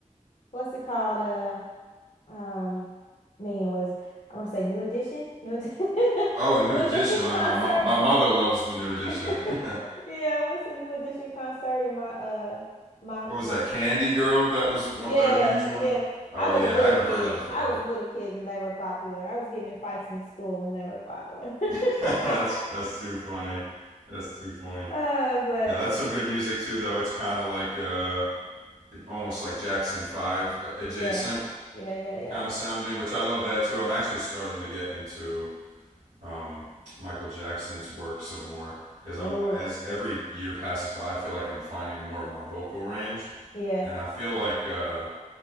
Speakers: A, on the left; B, on the right.
A: what's it called? uh, um, man, what is it? I want to say New Edition, New Edition, <laughs>
B: Oh, New
A: New
B: Edition.
A: Edition
B: My
A: concert.
B: my mo- my mother loves the New Edition.
A: <laughs>
B: <laughs>
A: Yeah, I went to New Edition concert in my uh my
B: what
A: my
B: was that? Candy Girl. That was what
A: yeah,
B: their huge one.
A: yeah. I
B: Oh
A: was
B: yeah,
A: a little
B: I haven't
A: kid.
B: heard that in forever.
A: I was a little kid when they were popular. I was getting in fights in school when they were popular.
B: <laughs>
A: <laughs>
B: that's that's too funny. That's too funny.
A: Uh, but
B: Yeah, that's some good music too, though. It's kind of like uh, almost like Jackson Five uh, adjacent
A: yeah. Yeah, yeah, yeah.
B: kind of sounding, which I love that too. I'm actually starting to get into um, Michael Jackson's work some more because
A: Oh,
B: I'm as every year passes by, I feel like I'm finding more of my vocal range,
A: yeah.
B: and I feel like uh,